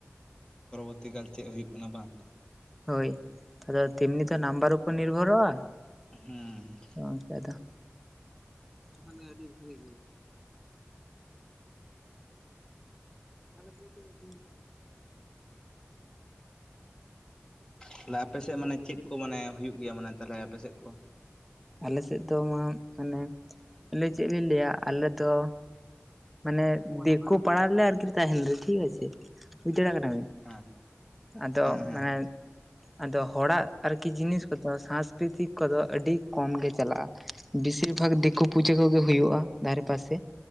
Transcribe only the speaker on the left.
ᱯᱚᱨᱚᱵᱚᱨᱛᱤ ᱠᱟᱞ ᱪᱮᱫ ᱦᱩᱭᱩᱜ ᱠᱟᱱᱟ ᱵᱟᱝ?
ᱦᱮᱸ
ᱛᱟᱦᱞᱮ ᱟᱯᱮ ᱥᱮᱫ ᱢᱟᱱᱮ, ᱪᱮᱫ ᱠᱚ ᱢᱟᱱᱮ ᱦᱩᱭᱩᱜ ᱜᱮᱭᱟ ᱢᱟᱱᱮ ᱛᱟᱦᱞᱮ ᱟᱯᱮ ᱥᱮᱫ ᱠᱚ?
ᱦᱮᱸ
ᱦᱮᱸ ᱦᱮᱸ